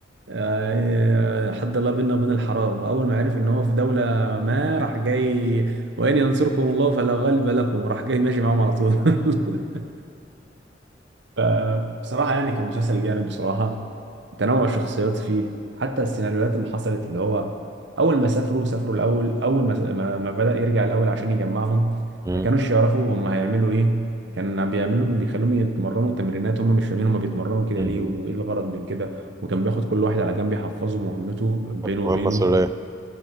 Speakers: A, on the right; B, on the right.
A: آه، حد الله بينا وبين الحرام واول ما عرف ان هو في دوله ما راح جاي وان ينصركم الله فلا غالب لكم وراح جاي ماشي معاهم على طول <laughs> فبصراحه يعني كان مسلسل جامد بصراحه تنوع الشخصيات فيه حتى السيناريوهات اللي حصلت اللي هو اول ما سافروا سافروا الاول اول ما ما ما بدأ يرجع الاول عشان يجمعهم
B: أمم،
A: ما كانوش يعرفوا هم هيعملوا ايه كان بيعملوا بيخلوهم يتمرنوا تمرينات هم مش فاهمين هم بيتمرنوا كده
B: أمم.
A: ليه وايه الغرض من كده وكان بياخد كل واحد على جنب يحفظه مهمته بينه
B: كانت
A: وبينه
B: مهمة سرية